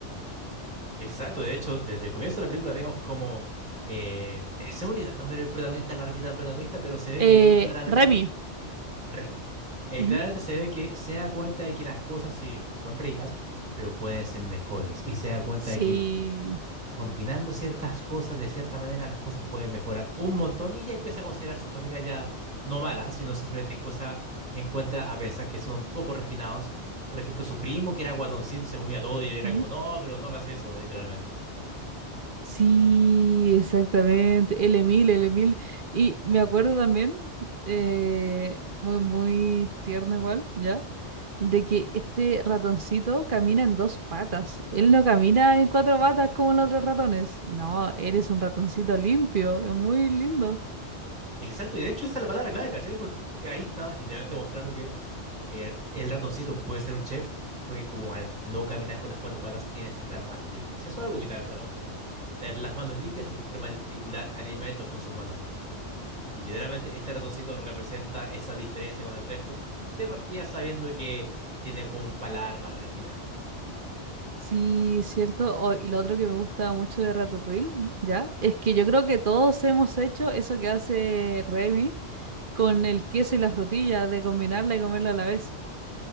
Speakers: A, on the right; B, on the right.
A: Exacto, de hecho, desde el comienzo de la película vemos como... eh, eh, se me olvidó el nombre del protagonista, la ratita protagonista, pero se ve
B: Eh,
A: que él claramente...
B: Remy.
A: Remy. Eh,
B: Ujú.
A: claramente se ve que se da cuenta de que las cosas sí son ricas, pero pueden ser mejores. Y se da cuenta
B: Sí.
A: de que combinando ciertas cosas de cierta manera, las cosas pueden mejorar un montón. Y ella empieza a considerar su familia ya no mala, sino simplemente encuentra, encuentra a pensar que son poco refinados. Por ejemplo, su primo, que era guatoncito, se comía todo y él era
B: Ujú.
A: como, no, pero no hagas eso, literalmente.
B: Sí, exactamente. El Emil, el Emil. Y me acuerdo también, eh, muy, muy tierno igual, ¿ya? De que este ratoncito camina en dos patas. Él no camina en cuatro patas como los otros ratones. No, él es un ratoncito limpio. Es muy lindo.
A: Exacto, y de hecho esa es la palabra clave, ¿cachai? Porque ahí está literalmente mostrando que eh, el ratoncito puede ser un chef, porque como al no caminar con las cuatro patas, tiene siempre las manos limpias. Eso es algo vital para un chef. Tener las manos limpias y poder manipular alimentos con sus manos limpias. Y literalmente este ratoncito representa esa diferencia con el resto, de partida sabiendo que tienen como un paladar más refinado.
B: Sí, cierto. Oh, y lo otro que me gusta mucho de Ratatouille, ¿ya? Es que yo creo que todos hemos hecho eso que hace Remy con
A: Ujú.
B: el queso y la frutilla, de combinarla y comerla a la vez.